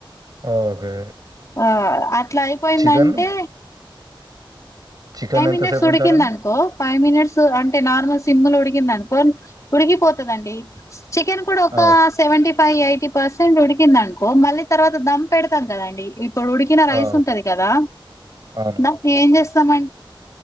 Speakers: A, on the right; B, on the left.
A: ఓకే
B: ఆ అట్లా అయిపోయిందంటే
A: చికెన్ చికెన్
B: ఫైవ్
A: ఎంతసేపు
B: మినిట్స్ ఉడికిందనుకో
A: ఉంచాలని
B: ఫైవ్ మినిట్స్ అంటే నార్మల్ సిమ్ల్ ఉడి ఉడికిపోతదండి చికెన్ కూడా ఒక
A: ఆ
B: సెవెంటీ ఫైవ్ ఎయిటీ పర్సెంట్ ఉడికిందను మళ్ళీ తర్వాత దమ్ పెడతాం కదండి ఇప్పుడు ఉడికిన రైస్
A: ఆ
B: ఉంటది కదా
A: అవును
B: నాకు ఏం చేస్తామం